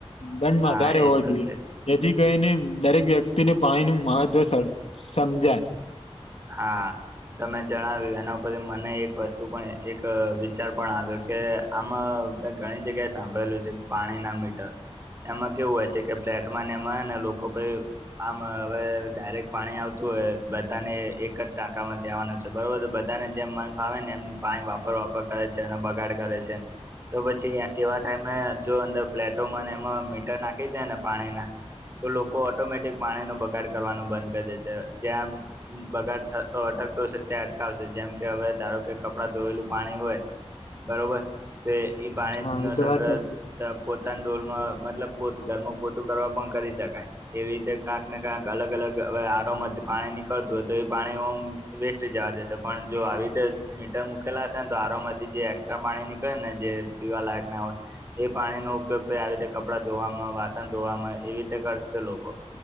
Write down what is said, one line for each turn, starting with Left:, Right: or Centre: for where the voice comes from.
Left: દંડ
Right: હા
Left: વધારે
Right: એ
Left: હોવા
Right: તો
Left: જોઈએ
Right: છે
Left: જેથી કરીને દરેક વ્યક્તિને પાણી નું મહત્વ સમજાય
Right: હા તમે જણાવ્યું એના ઉપરથી મને એક વસ્તુ પણ એક વિચાર પણ આવ્યો કે આમાં મેં ઘણી જગ્યાએ સાંભળેલું છે પાણી ના મીટર એમાં કેવું હોય છે કે ફ્લેટ એમાં ને લોકો પહી આમ હવે ડાયરેક્ટ પાણી આવતું હોય બધાને એક જ ટાંકામાંથી આવાનો છે બરોબર તો બધાને જેમ મન ફાવે ને એમ પાણી વાપર વાપર કરે છે ને બગાડ કરે છે તો પછી એવા ટાઈમે જો અંદર ફ્લેટો મને એમાં મીટર નાખી દેય ને પાણીના તો લોકો ઓટોમેટિક પાણી નો બગાડ કરવાનું બંધ કરી દે છે જ્યાં બગાડ અટકતો ત્યા અટકાવશે જેમ કે હવે ધારો કે કપડા ધોયેલું પાણી હોય બરોબર તે ઈ પાણી
Left: હા
Right: નો
Left: એ તો
Right: સંગ્રહ
Left: વાત સાચી
Right: પોતાના ડોલમાં મતલબ પોત ઘરમાં પોતું કરવા પણ કરી શકાય એવી રીતે ક્યાંક ને ક્યાંક અલગ અલગ આરોમાંથી પાણી નીકળતું હોય તો એ પાણી ઓમ વેસ્ટ જવા દેશે પણ જો આવી રીતે મીટર મૂકેલા હશે ને તો આરોમ જ જે એક્સ્ટ્રા પાણી નીકળે ને જે પીવા લાયક ના હોય એ પાણીનો ઉપયોગ આવી રીતે કપડાં ધોવામાં વાસણ ધોવામાં એવી રીતે કરશે લોકો